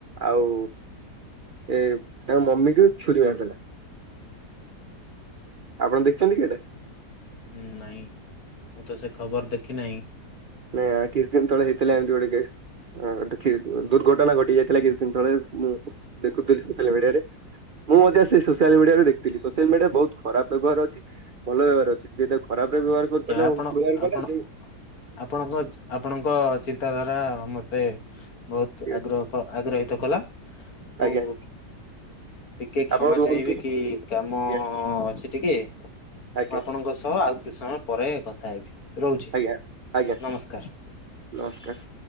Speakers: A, on the right (about 65°); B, on the left (about 65°).
A: ଆଉ ଏ ତାଙ୍କ ମମିକୁ ଛୁରୀ ମାରିଦେଲା। ଆପଣ ଦେଖଚନ୍ତି କି ଏଟା?
B: ଉଁ ନାଇଁ ମୁଁ ତ ସେ ଖବର ଦେଖି ନାହିଁ।
A: ନେ ଆ କିଛି ଦିନ ତଳେ ହେଇଥିଲା ଏମିତି ଗୋଟେ କେସ୍। ହଁ, ଟିକେ ଦୁର୍ଘଟଣା ଘଟି ଯାଇଥିଲା କିଛି ଦିନ ତଳେ ମୁଁ ଦେଖୁଥିଲି ସୋସିଆଲ ମିଡିଆରେ। ମୁଁ ମଧ୍ୟ ସେ ସୋସିଆଲ ମିଡିଆରୁ ଦେଖଥିଲି, ସୋସିଆଲ ମିଡିଆ ବହୁତ ଖରାପ ବ୍ୟବହାର ଅଛି। ଭଲ ବ୍ୟବହାର ଅଛି, ଯେ ତାକୁ ଖରାପରେ ବ୍ୟବହାର କରି ପାରିଲା
B: ଆପଣ
A: <unintelligible> ଜାଣିପାରିଲାନି
B: ଆପଣ
A: ଜିଏ
B: ଆପଣଙ୍କ, ଆପଣଙ୍କ ଚିନ୍ତାଧାରା ମତେ ବହୁତ
A: ଠିକ ଅଛି
B: ଆଗ୍ରହ ଆଗ୍ରହିତ କଲା। ଓ
A: ଆଜ୍ଞା
B: ଟିକେ କ୍ଷମା
A: ଆପଣ ରୁହନ୍ତୁ
B: ଚାହିଁବି କି, କାମ
A: ଆଜ୍ଞା
B: ଅଛି ଟିକେ
A: ଆଜ୍ଞା
B: ମୁଁ ଆପଣଙ୍କ ସହ ଆଉ କିଛି ସମୟ ପରେ କଥା ହେବି? ରହୁଛି
A: ଆଜ୍ଞା। ଆଜ୍ଞା।
B: ନମସ୍କାର।
A: ନମସ୍କାର।